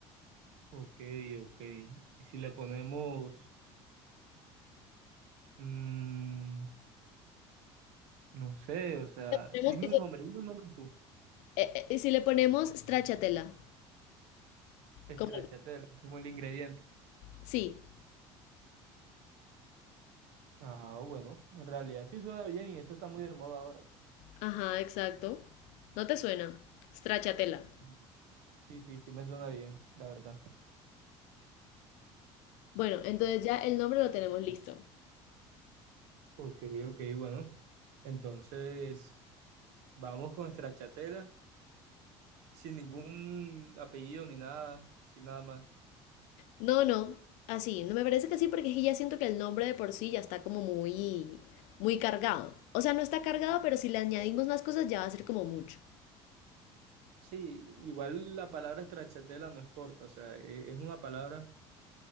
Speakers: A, on the right; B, on the left.
A: Ok, ok. Y si le ponemos, mm, no sé, o sea,
B: Tenemos-
A: dime un nombre, dime un nombre tú.
B: Eh, eh, y si le ponemos stracciatella,
A: Stracciatella,
B: como,
A: como el ingrediente.
B: sí,
A: Ah, bueno, en realidad sí suena bien y eso está muy de moda ahora.
B: ajá, exacto. ¿No te suena? Stracciatella.
A: Mm. Sí, sí, sí me suena bien, la verdad.
B: Bueno, entonces ya el nombre lo tenemos listo.
A: Ok, ok, bueno. Entonces, vamos con Stracciatella, sin ningún apellido ni nada, sin nada más.
B: No, no, así, no me parece que sí, porque es que ya siento que el nombre de por sí ya está como muy, muy cargado. O sea, no está cargado, pero si le añadimos más cosas ya va a ser como mucho.
A: Sí, igual la palabra Stracciatella no es corta, o sea, e- es una palabra